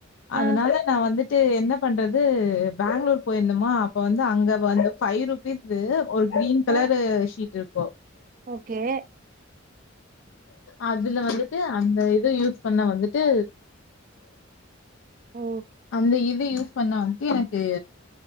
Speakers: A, on the left (about 70°); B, on the right (about 45°).
A: அதுனால
B: ஆ
A: நா வந்துட்டு என்ன பண்றது பேங்ளூர் போயிருந்தமா அப்ப வந்து அங்க வந்து ஃபைவ் ருபீஸு ஒரு க்ரீன் கலரு
B: ஆ
A: ஷீட் இருக்கு
B: ஓகே
A: அதுல வந்துட்டு அந்த இது யூஸ் பண்ண வந்துட்டு
B: ம்
A: அந்த இது யூஸ் பண்ண வந்துட்டு எனக்கு